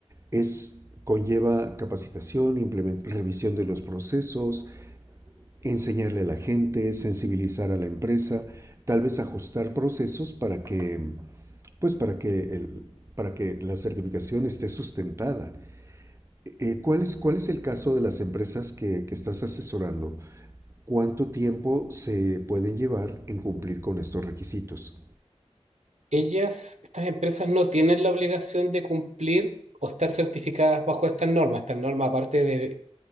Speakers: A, on the right; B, on the right.
A: Es, conlleva capacitación, implement- revisión de los procesos, enseñarle a la gente, sensibilizar a la empresa, tal vez ajustar procesos para que, pues para que, el, para que la certificación esté sustentada. Eh, eh, ¿cuál, es, ¿Cuál es el caso de las empresas que, que estás asesorando? ¿Cuánto tiempo se pueden llevar en cumplir con estos requisitos?
B: Ellas, estas empresas no tienen la obligación de cumplir o estar certificadas bajo estas normas. Estas normas, aparte de,